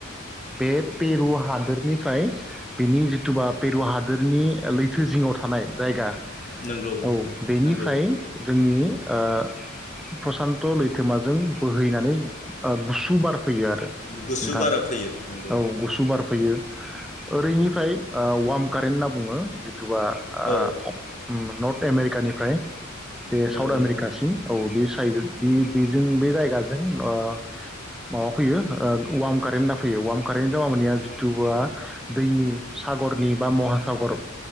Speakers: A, in the centre; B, on the left (about 35°).
A: बे पेरु हादोरनिफ्राय बेनि जिथुबा पेरु हादोरनि लैथो जिङाव थानाय जायगा
B: नंगौ
A: औ बेनिफ्राय
B: नंगौ
A: जोंनि ओ प्रसान्त लैथोमाजों बोहैनानै गुसु बार फैयो आरो
B: गुसु
A: नोंथां
B: बारा फैयो नंगौ
A: औ गुसु बार फैयो ओरैनिफ्राय ओ-वार्म कारेन्ट होनना बुङो जिथुबा
B: औ
A: ओ-ओम नर्थ एम। आमेरिका। ओमफ्राय। बे
B: नंगौ
A: साउथ आमेरिकासिम
B: नोंथां
A: औ बे साइड बे बेजों बे जायगाजों ओ- माबा फैयो ओ-वार्म कारेन्ट होनना फैयो वार्म कारेन्ट जाबा मानिया जिथु दैनि सागरनि बा महासागर